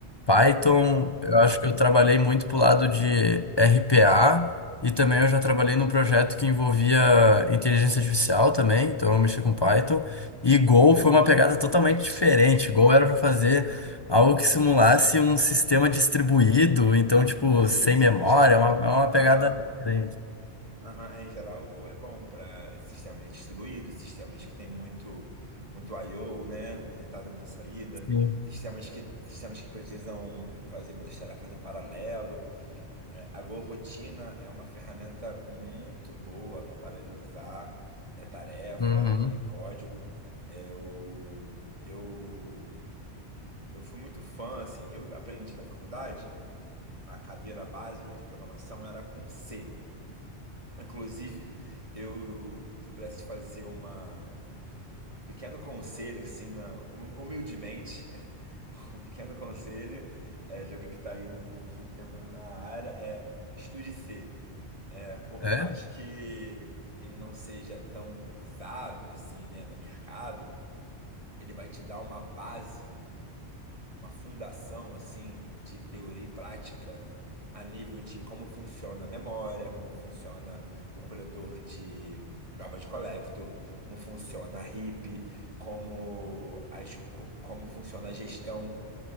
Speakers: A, on the left; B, on the right.
A: Python,
B: Uhum.
A: eu acho que eu trabalhei muito pro lado de RPA e também eu já trabalhei num projeto que envolvia inteligência artificial também, então eu mexi com Python. E Go foi uma pegada totalmente diferente. Go era para fazer algo que simulasse um sistema distribuído, então, tipo,
B: É isso,
A: sem memória,
B: em geral.
A: é uma, é uma
B: Aham.
A: pegada diferente.
B: Aham. É, Em geral, o Go é bom para sistemas distribuídos, sistemas que tem muito muito I/O, né? Muita entrada, muita saída,
A: Sim.
B: sistemas que sistemas que precisam fazer muitas tarefas em paralelo. né? A Go Rotina é uma ferramenta muito boa para paralelizar é, tarefa
A: Uhum.
B: e código. É, eu, eu, eu fui muito fã, assim, eu aprendi na faculdade a cadeira básica de programação era com C. Inclusive, eu, se eu pudesse te fazer uma, um pequeno conselho, assim, na, hum- humildemente, <laughs> um pequeno conselho é, de alguém que está aí um pouquinho de tempo na área, é estude C. É, por
A: É?
B: mais que ele não seja tão usado, assim, né, no mercado, ele vai te dar uma base uma fundação assim de teoria e prática a nível de como funciona a memória, como funciona o coletor de garbage collector, como funciona a RIP, como as, co- como funciona a gestão